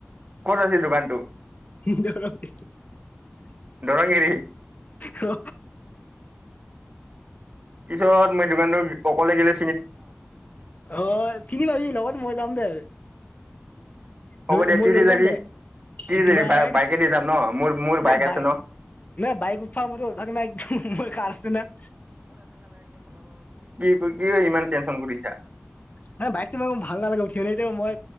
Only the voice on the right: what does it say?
ক'ত আছিল দোকানটো?
দৰংগিৰি।
পিছত মই দোকানতো অকলে গিলি
হ'ব
দিয়া
কি
দি যাবি
কি দি
যাবি বাই
বাইকে দি যাম ন মোৰ মোৰ বাইক আছে
ন
তই কিয় ইমান টেনচন কৰিছা।